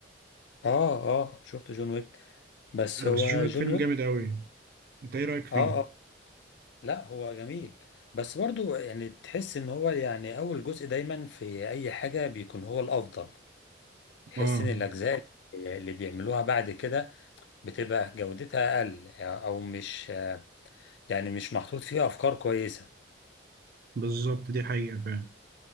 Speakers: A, on the left; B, on the right.
A: اه اه شفت جون ويك بس
B: آه،
A: هو
B: بس جون ويك
A: جون
B: فيلم
A: ويك
B: جامد قوي انت ايه رأيك فيه
A: اه اه لا هو جميل بس برضو يعني تحس ان هو يعني اول جزء دايما في اي حاجة بيكون هو الافضل تحس
B: اه
A: ان الاجزاء اللي بيعملوها بعد كده بتبقى جودتها اقل او مش يعني مش محطوط فيها افكار كويسه
B: بالظبط دي حقيقة فعلا